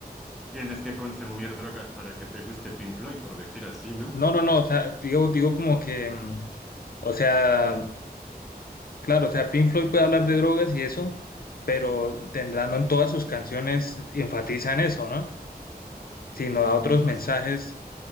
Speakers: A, in the centre; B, on the left.
A: tienes que consumir drogas para que te guste Pink Floyd, por decir así, ¿no?
B: No, no, no, o sea, digo, digo como que, mm, o sea, claro, o sea, Pink Floyd puede hablar de drogas y eso, pero tendrá, no en todas sus canciones enfatizan eso, ¿no? Sino da
A: Mm,
B: otros
A: Pues
B: mensajes,